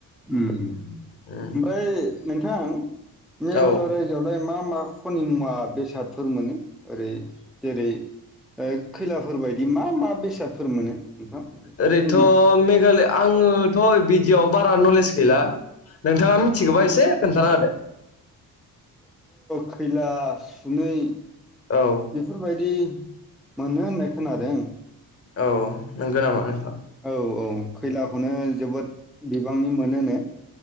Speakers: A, in the centre; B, on the left (about 40°).
A: उम
B: <unintelligible>
A: ओमफ्राय नोंथां मेघालय
B: औ
A: रायजोआवलाय मा मा खनि मुवा बेसादफोर मोनो ओरै जेरै खैलाफोर बायदि मा मा बेसादफोर मोनो नोंथां एसे
B: ओरैथ'
A: बुंनायखौ थ'
B: मेघालय आङोथ' बिदियाव बारा नलेज गैला नोंथाङा मिथिगौबा एसे खोन्थाना होदो
A: ख <unintelligible> सिला सुनै
B: औ
A: बेफोरबायदि मोनो होननाय खोनादों
B: औ नंगौ नामा नोंथां
A: औ औ खैलाखौनो जोबोद बिबांनि मोनोनो